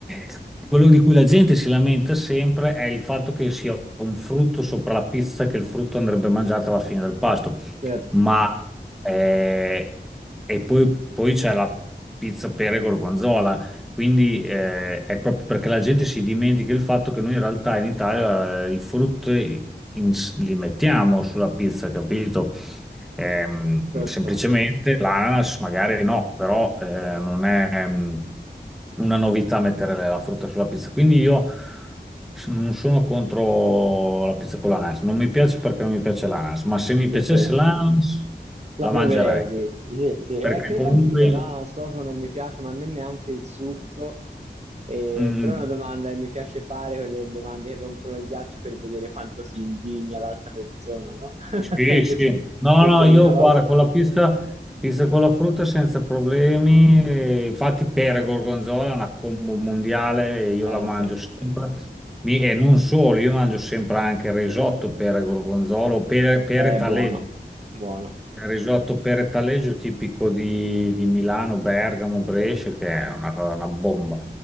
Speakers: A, in the centre; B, on the right.
A: è- quello di cui la gente si lamenta sempre è il fatto che sia un frutto sopra la pizza, che il frutto andrebbe mangiato alla fine del pasto
B: Certo,
A: ma eh, e poi, poi c'è la pizza pere gorgonzola, quindi eh, è proprio perché la gente si dimentica il fatto che noi in realtà in Italia eh, i frutti in- li mettiamo sulla pizza, capito? Ehm,
B: certo,
A: semplicemente l'ananas magari no, però eh, non è ehm, una novità mettere la frutta sulla pizza. Quindi io s- non sono contro la pizza con l'ananas. Non mi piace perché non mi piace l'ananas, ma se mi
B: sì,
A: piacesse
B: sì.
A: l'ananas
B: La
A: la
B: proverei,
A: mangerei.
B: dici. Sì, sì, eh,
A: Perché
B: credo
A: comunque
B: anch'io,
A: io,
B: l'ananas proprio non mi piace, ma a me neanche il succo, eh,
A: Mm,
B: però è una domanda che mi piace fare, quelle domande che rompono il ghiaccio per vedere quanto si indigna l'altra persona, no? <laughs>
A: Sì,
B: Perché
A: sì.
B: sono
A: No, no,
B: quelle
A: io
B: cose.
A: guarda, con la pizza, pizza con la frutta senza problemi. E infatti per gorgonzola è una combo mondiale e io
B: Eh
A: la mangio
B: sì,
A: sempre.
B: sì.
A: Mi- e non solo, io mangio sempre anche il risotto per gorgonzola o per, pere
B: È
A: taleggio.
B: buono, buono.
A: Il risotto pere taleggio tipico di, di Milano, Bergamo, Brescia, che è una, cosa- una bomba.